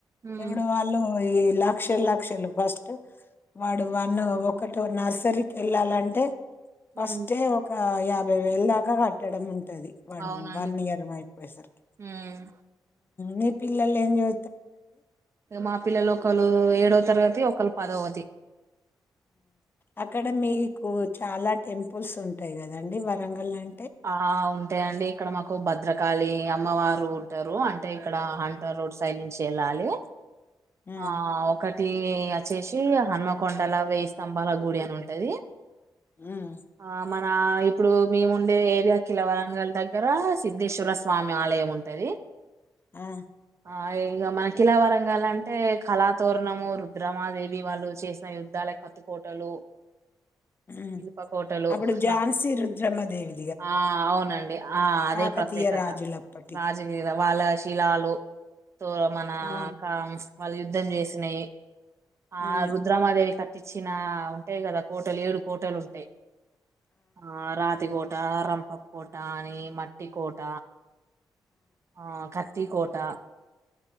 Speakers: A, on the right; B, on the left.
A: ఉమ్
B: ఎవడు వాళ్ళు ఈ లక్ష లక్షలు ఫస్ట్ వాడు వాన్ను ఒకటి నర్సరీకి వెళ్ళాలంటే ఫస్ట్
A: ఉమ్
B: ఏ ఒక యాభై వేలు దాకా కట్టడం ఉంటది వాడు
A: అవునండి
B: వన్ ఇయర్ అయిపోయేసరికి
A: ఉమ్
B: నీ పిల్లలు ఏం చే
A: మా పిల్లలు ఒకలు ఏడవ తరగతి ఒకళ్లు పదవది
B: అక్కడ మీకు చాలా టెంపుల్స్ ఉంటాయి కదండి వరంగల్ లం
A: ఆ ఉంటాండి ఇక్కడ మాకు భద్ర కాలి అమ్మవారు ఉంటరు అంటే ఇక్కడ హంటా రోడ్ సైడ్ నుంచి వెళ్ళాలి
B: ఉమ్,
A: ఆ ఒక టి వచ్చేసి హన్మకొండల వెయ్యి స్తంభాల గుడి అని ఉంటది.
B: ఉమ్
A: ఆ మన ఇప్పుడు మేము ఉండే ఏరియా కిలవరంగల్ దగ్గర సిధేశ్వర స్వామి ఆలయం ఉంటది
B: ఆ
A: ఆ ఇంగ మనకిిలావరంగాల అంటే కళాతోరణము రుద్రమాదేవి వాళ్ళు చేసిన యుద్ధాలు కత్తుకోటలు
B: ఉమ్
A: ఇనుప కోటలు
B: అప్పుడు ఝాన్సీ
A: రా-
B: రుద్రమదేవి
A: ఆ అవునండి ఆ అదే
B: కాకతీయ
A: ప్రత్యేకత
B: రాజులప్పటి
A: రాజులు వాళ్ళ శిలాలు తో మన
B: ఆ
A: క వాళ్ళు యుద్ధం చేసినయి ఆ
B: మ్మ్
A: రుద్రామాదేవి కట్ట చ్చిన ఉంటయి కదా కోటలు ఏడు కోటలు ఉంటాయి ఆ రాతి కోట కోట రంపపు కోట అని మట్టి కోట ఆ క త్తి కోట